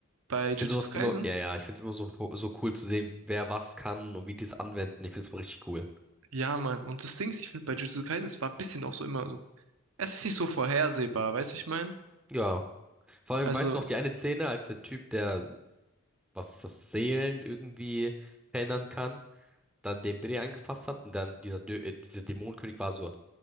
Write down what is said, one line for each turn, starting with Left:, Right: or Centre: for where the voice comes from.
Right: Bei
Centre: Ich
Right: Jujutsu
Centre: finde sowas
Right: Kaisen?
Centre: immer, ja, ja, ich finde es immer so, so cool zu sehen, wer was kann und wie die es anwenden. Ich finde es richtig cool.
Right: Ja, Mann. Und das Ding ist, ich finde bei Jujutsu Kaisen, es war ein bisschen auch so immer so. Es ist nicht so vorhersehbar, weißt du, wie ich meine?
Centre: Ja, vor allem,
Right: Also,
Centre: weißt du noch, die eine Szene, als der Typ, der, was ist das, Seelen irgendwie verändern kann, dann den Brie angefasst hat und dann dieser, Dö äh, dieser Dämonenkönig war so,